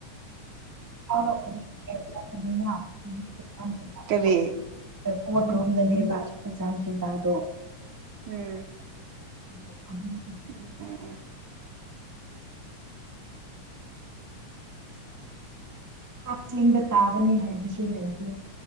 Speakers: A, on the right; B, on the right.
A: <inaudible>
B: ꯀꯔꯤ
A: <unintelligible> ꯔꯣꯝꯗꯅꯦꯕ ꯑꯦꯛꯖꯥꯝ ꯁꯦꯟꯇꯔꯗꯣ
B: ꯎꯝ
A: <unintelligible>
B: ꯎꯝ ꯎꯝ
A: ꯀꯛꯆꯤꯡꯗ ꯇꯥꯒꯅꯤ ꯍꯥꯏꯕꯁꯨ ꯂꯩꯇꯦ